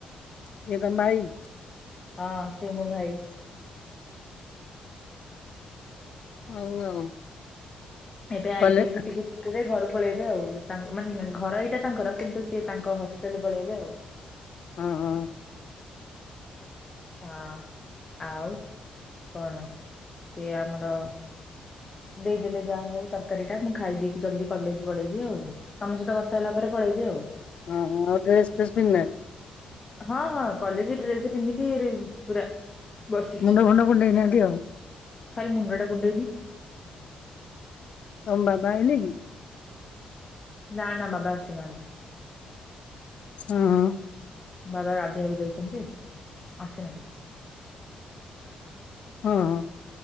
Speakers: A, on the left; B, on the left.
A: କିଏ ତମ ଭାଇ।
B: ହଁ ସେ ମୋ ଭାଇ।
A: ହଉ ଆଉ।
B: ଏବେ ଆଇଚନ୍ତି
A: କଲେ
B: <unintelligible> ଛୁଟିରେ ଘରକୁ ପଳେଇବେ ଆଉ। ତାଙ୍କ ମାନେ ଘର ଏଇଟା ତାଙ୍କର କିନ୍ତୁ ସିଏ ତାଙ୍କ ହଷ୍ଟେଲ ପଳେଇବେ ଆଉ।
A: ହଁ ହଁ।
B: ହଁ ଆଉ କଣ ଏ ଆମର ଦେଇଦେଲେ ଯାହା ହଉ ତରକାରୀ ଟା ମୁଁ ଖାଇ ଦେଇକି ଜଲଦି କଲେଜ ପଳେଇବି ଆଉ। ତମ ସହିତ କଥା ହେଲା ପରେ ପଳେଇବି ଆଉ।
A: ହଁ ହଁ ଡ୍ରେସ୍ ଫେସ୍ ପିନ୍ଧଲେ?
B: ହଁ ହଁ କଲେଜେ ଡ୍ରେସ ପିନ୍ଧିକିରି ପୁରା ବସିଛି।
A: ମୁଣ୍ଡ ଫୁଣ୍ଡ କୁଣ୍ଡେଇ ନାହାନ୍ତି ଆଉ।
B: ଖାଲି ମୁଣ୍ଡଟା କୁଣ୍ଡେଇନି।
A: ତମ ବାବା ଆଇଲେ କି?
B: ନା ନା ବାବା ଆସିନାହାନ୍ତି।
A: ହଁ।
B: ବାବା ଗାଧେଇବାକୁ ଯାଇଛନ୍ତି ଆସିନାହାନ୍ତି।
A: ହଁ। ହଁ